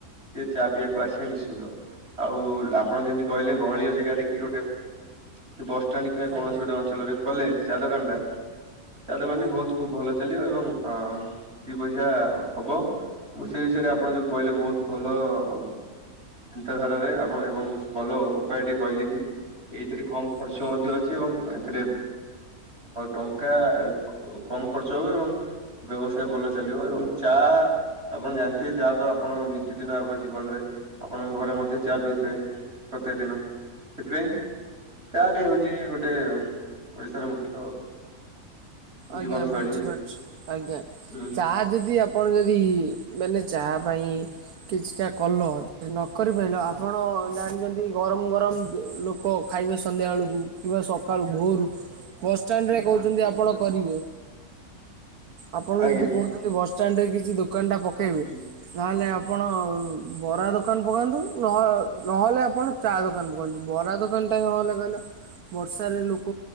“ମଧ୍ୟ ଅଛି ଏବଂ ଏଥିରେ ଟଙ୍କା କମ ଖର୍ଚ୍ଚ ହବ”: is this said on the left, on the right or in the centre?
Right